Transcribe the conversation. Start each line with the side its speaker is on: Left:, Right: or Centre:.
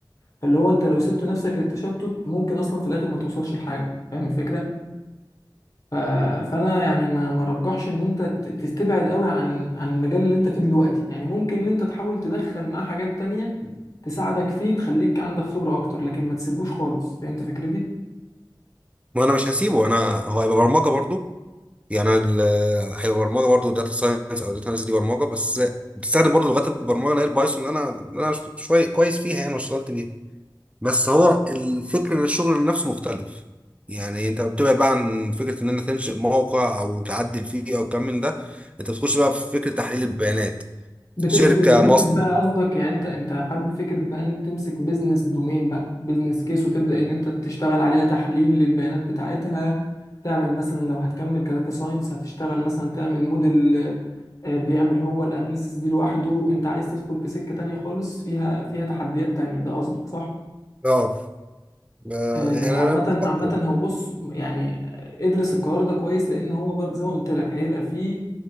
Left: فاللي هو انت لو سبت نفسك للتشتت ممكن اصلا في الاخر ما توصلش لحاجه فاهم الفكره ف... فانا يعني ما ما رجحش ان انت ت- تبعد قوي عن عن المجال اللي انت فيه دلوقتي يعني ممكن ان انت تحاول تدخل معاه حاجات تانية تساعدك فيه تخليك عندك خبره اكتر لكن ما تسيبوش خالص فهمت فكرتي
Right: ما انا مش هسيبه انا هو هيبقى برمجه برضو يعني أنا ال- هي برمجه برضه داتا ساينس او داتا ساينس دي برمجه بس بتستخدم برضه لغات البرمجه اللي هي البايثون اللي انا اللي انا شويه كويس فيها يعني واشتغلت بيها بس هو الفكر ان الشغل نفسه مختلف يعني انت بتبعد بقى عن فكره ان انت تنشئ موقع او تعدل فيه او كم من ده انت بتخش بقى في فكره تحليل البيانات
Left: بت...
Right: شركه
Left: بت... بتمسك
Right: مصنع
Left: بقى قصدك يعني انت انت حابب فكره بقى ان انت تمسك بيزنس دومين بقى بيزنس كيس وتبدا ان انت تشتغل عليها تحليل للبيانات بتاعتها تعمل مثلا لو هتكمل كداتا ساينس هتشتغل مثلا تعمل موديل آه، بيعمل هو الاناليسيس دي لوحده انت عايز تدخل في سكه تانية خالص فيها فيها تحديات تانية ده قصدك صح
Right: اه آه،
Left: آه،
Right: يعني
Left: عامة
Right: انا بفكر
Left: عامة هو بص يعني آه، ادرس القرار ده كويس لأن هو بر- زي ما قلت لك هيبقى فيه